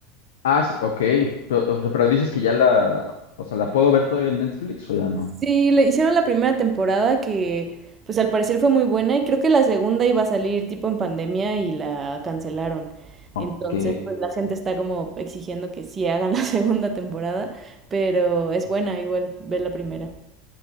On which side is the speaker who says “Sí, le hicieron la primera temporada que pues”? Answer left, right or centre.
Right